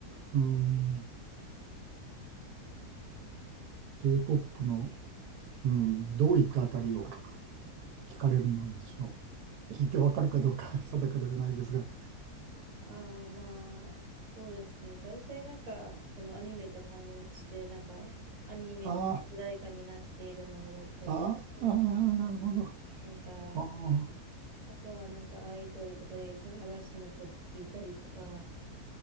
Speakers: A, on the right; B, on the right.
A: うん、J-POP の、うん、どういったあたりを聞かれるのでしょう。聞いてわかるかどうか <laughs> 定かではないですが。
B: ああ、まあ、そうですね。大体なんか、そのアニメと関連して、なんか、アニメの主題歌になっているものだったりとか、
A: ああ、ああ、なるほど。
B: なんか、
A: ああ、
B: あとはなんかアイドルとかで言うと嵐の曲聴いたりとか、